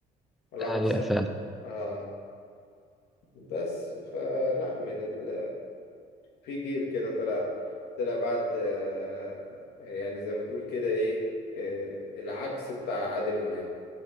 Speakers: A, on the left; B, in the centre.
A: ولا
B: ده
A: احمد
B: حقيقة
A: السقا
B: فعلا
A: اه بس فلا من ال... في جيل كده طلع طلع بعد آه، يعني زي ما تقول كده ايه آه، العكس بتاع عادل امام